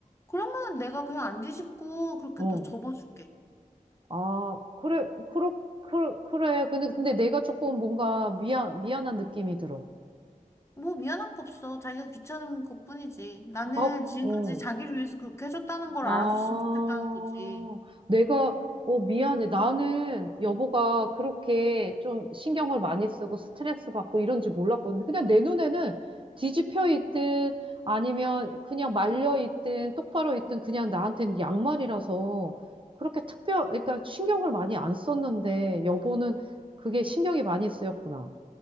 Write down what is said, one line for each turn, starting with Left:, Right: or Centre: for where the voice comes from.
Left: 그러면 내가 그냥 안 뒤집고 그렇게
Right: 어.
Left: 더 접어줄게.
Right: 아, 그래, 그렇, 그래, 그래. 근데, 근데 내가 조금 뭔가 미안, 미안한 느낌이 들어.
Left: 뭐 미안할 거 없어. 자기가 귀찮은 것뿐이지. 나는
Right: 아,
Left: 지금까지
Right: 어.
Left: 자기를 위해서 그렇게 해줬다는 걸
Right: 아,
Left: 알아줬으면 좋겠다는 거지.
Right: 내가, 어, 미안해. 나는 여보가 그렇게 좀 신경을 많이 쓰고 스트레스 받고 이런지 몰랐거든요. 그냥 내 눈에는 뒤집혀 있든 아니면 그냥 말려 있든 똑바로 있든 그냥 나한테는 양말이라서 그렇게 특별, 그러니까 신경을 많이 안 썼는데 여보는 그게 신경이 많이 쓰였구나.